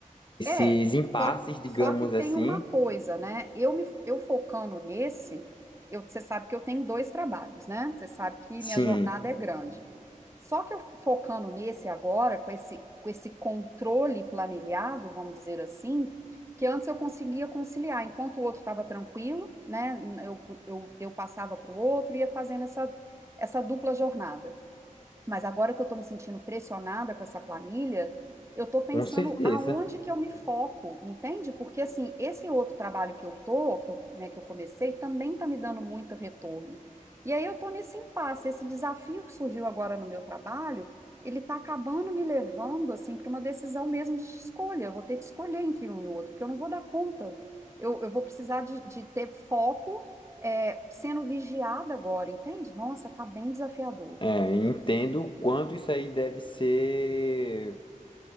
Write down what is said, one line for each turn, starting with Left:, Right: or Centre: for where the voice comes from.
Left: esses
Right: É,
Left: impasses,
Right: só,
Left: digamos
Right: só que tem
Left: assim.
Right: uma coisa, né? Eu me eu focando nesse, eu, você sabe que eu tenho dois trabalhos, né? Você sabe que
Left: Sim,
Right: minha jornada é grande. Só que eu focando nesse agora, com esse, com esse controle planilhado, vamos dizer assim, que antes eu conseguia conciliar, enquanto o outro estava tranquilo, né? Eu, eu, eu passava para o outro e ia fazendo essa, essa dupla jornada. Mas agora que eu estou me sentindo pressionada com essa planilha, eu estou pensando
Left: com certeza.
Right: aonde que eu me foco, entende? Porque assim, esse outro trabalho que eu tô, que eu, né, que eu comecei, também está me dando muito retorno. E aí eu estou nesse impasse, esse desafio que surgiu agora no meu trabalho, ele está acabando me levando assim para uma decisão mesmo de escolha. Eu vou ter que escolher entre um e outro, porque eu não vou dar conta. Eu, eu vou precisar de, de ter foco, é, sendo vigiada agora, entende? Nossa, tá bem desafiador.
Left: É, entendo o quanto isso aí deve ser